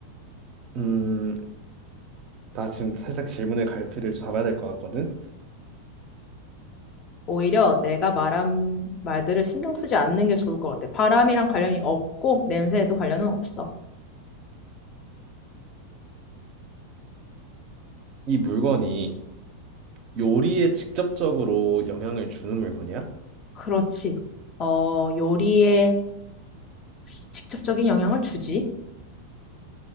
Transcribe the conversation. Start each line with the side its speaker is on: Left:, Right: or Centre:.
Right: 음, 나 지금 살짝 질문의 갈피를 잡아야 될 것 같거든.
Left: 오히려 내가 말한 말들을 신경 쓰지 않는 게 좋을 것 같아. 바람이랑 관련이 없고 냄새에도 관련은 없어.
Right: 이 물건이 요리에 직접적으로 영향을 주는 물건이야?
Left: 그렇지. 어, 요리에 직접적인 영향을 주지.